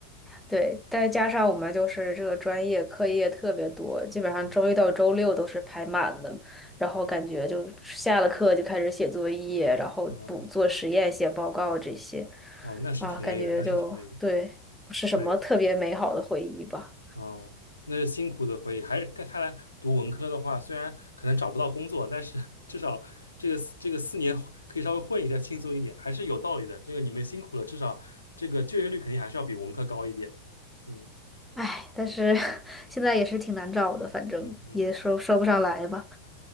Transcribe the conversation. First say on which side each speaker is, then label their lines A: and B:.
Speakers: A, in the centre; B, on the left.
A: 对，再加上我们就是这个专业课业特别多，基本上周一到周六都是排满的，
B: 嗯，
A: 然后感觉就下了课就开始写作业，然后补做实验、
B: 哦，
A: 写报告这些，
B: 哦，那是挺累的，
A: 啊，感觉就对，
B: 那是挺累的。
A: 不是什么特别美好的回忆吧。
B: 对。哦，那是辛苦的回忆。还是看看来读文科的话，虽然可能找不到工作，但是 <laughs> 至少这个四这个四年可以稍微混一下，轻松一点，还是有道理的。这个你们辛苦了，至少这个就业率肯定还是要比文科高一点。嗯
A: 唉，但是 <laughs> 现在也是挺难找的，反正也说说不上来吧。
B: 嗯嗯